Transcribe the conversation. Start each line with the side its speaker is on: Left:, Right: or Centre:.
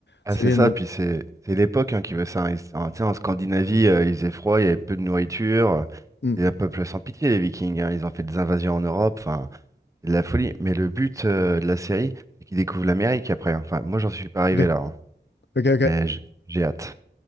Right: ah,
Left: C'est
Right: c'est
Left: bien.
Right: ça,
Left: de-
Right: puis c'est c'est l'époque hein, qui veut ça. hein. Ils- ah, tu en Scandinavie, euh, il faisait froid, il y avait peu de nourriture,
Left: Mm.
Right: c'est un peuple sans pitié, les Vikings, hein, Ils ont fait des invasions en Europe, enfin, c'est de la folie. Mais le but euh, de la série, c'est qu'ils découvrent l'Amérique après. hein. Enfin, moi, j'en suis pas arrivé
Left: Ok,
Right: là, hein.
Left: ok, ok.
Right: Mais j'- j'ai hâte.